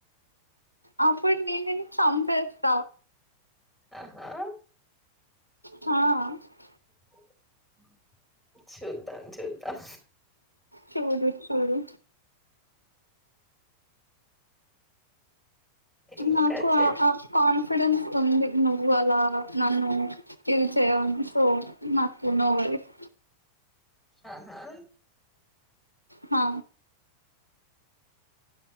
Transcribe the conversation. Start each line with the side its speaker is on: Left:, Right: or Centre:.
Left: ఆ ప నే నేను సబత
Centre: ఆహా
Left: ఆ
Centre: <inaudible> చూద్దాం
Left: చూడు చూడు
Centre: ఇంకా
Left: నాకు
Centre: చె
Left: ఆ కాన్ఫిడెన్స్ ఉంది నువ్వు అలా నన్ను ఇది చేయాలి సో నాకు నో వేఫ్
Centre: ఆహా
Left: హా